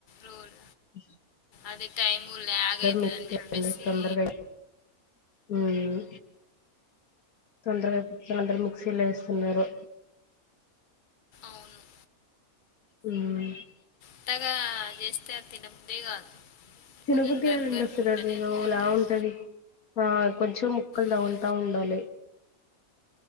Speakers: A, on the left; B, on the left.
A: రోల్
B: <unintelligible>
A: అది టైము ల్యాగ్ అయితదని
B: మిక్స్ చేయండి
A: చెప్పేసి ఉమ్.
B: తొందరగా హ్మ్ తొందరగా తొందర మీక్సీలేస్తున్నారు.
A: అవును
B: హ్మ్
A: ఉత్తగా జేస్తే తినబుద్ధే కాదు. కొంచెం
B: తినబుద్దెకాదండి
A: గరుగరుకుంటేనే
B: అసలు అది ఏదోలా
A: బాగుంటది
B: ఉంటది అ కొంచెం ముక్కలు
A: మ్మ్
B: తగులుతా ఉండాలి.